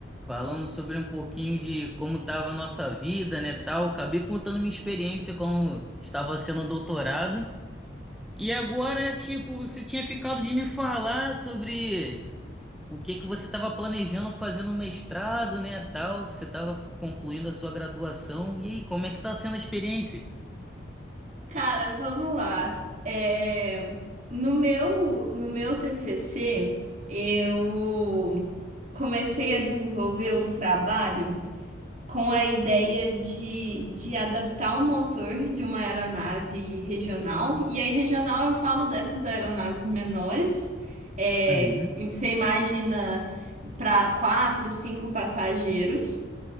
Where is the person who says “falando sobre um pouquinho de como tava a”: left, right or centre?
Centre